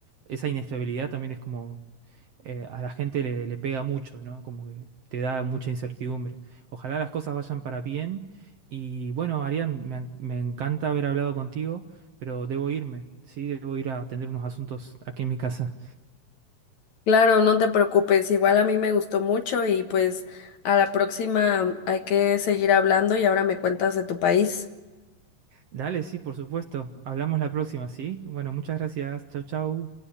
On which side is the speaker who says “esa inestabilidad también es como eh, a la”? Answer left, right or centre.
Right